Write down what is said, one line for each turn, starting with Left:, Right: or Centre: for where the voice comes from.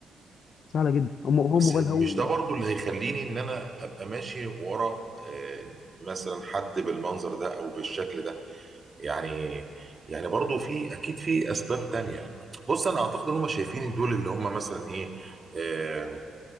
Left: سهلة جدا هو هو
Right: بس
Left: الموبايل هو
Right: مش ده برضو اللي هيخليني ان انا ابقى ماشي ورا آه، مثلا حد بالمنظر ده او بالشكل ده يعني يعني برضو في اكيد في اسباب تانية بص انا اعتقد ان هم شايفين إن دول اللي هم مثلا ايه آه،